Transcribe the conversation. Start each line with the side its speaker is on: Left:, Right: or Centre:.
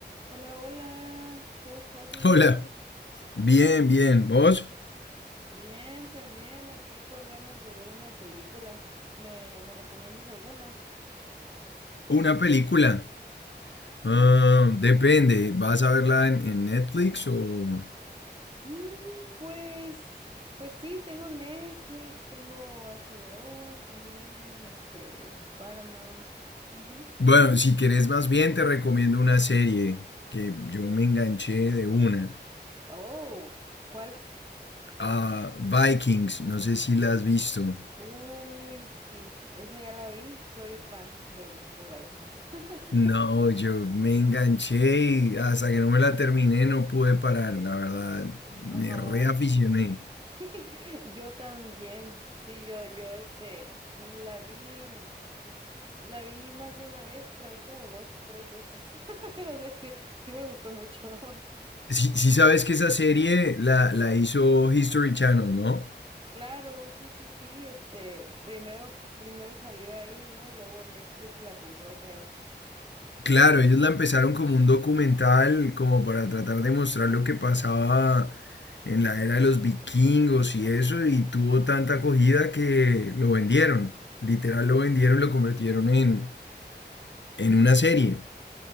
Right: Hola, hola, ¿cómo estás, amigo?
Left: Hola, bien, bien. ¿Vos?
Right: Bien, también aquí con ganas de ver una película. ¿Me, me recomiendas alguna?
Left: Una película.
Right: Sí.
Left: Ah, depende, ¿vas a verla en, en Netflix o...?
Right: Mm, pues, pues sí, tengo Netflix, tengo HBO también, este, Paramount. Ujú.
Left: Bueno, si querés más bien te recomiendo una serie que yo me enganché de una.
Right: Oh, ¿cuál?
Left: Ah, Vikings, no sé si la has visto.
Right: Uy, sí, esa ya la vi, soy fan de, de Vikings. <laughs>
Left: No, yo me enganché y hasta que no me la terminé no pude parar, la verdad. Me
Right: Ajá.
Left: reaficioné.
Right: <laughs> Yo también, sí, yo, yo, este, la vi, mm, la vi más de una vez, la vi como dos, tres veces, <laughs> o sea, sí, sí me gustó mucho. <laughs>
Left: Si, si sabes que esa serie la, la hizo History Channel, ¿no?
Right: Claro, sí, sí, sí, este, primero, primero salió ahí, ¿no? Y luego Netflix la compró, creo.
Left: Claro, ellos la empezaron como un documental, como para tratar de mostrar lo que pasaba en la era de los vikingos y eso, y tuvo tanta acogida que lo vendieron. Literal lo vendieron, lo convirtieron en, en una serie.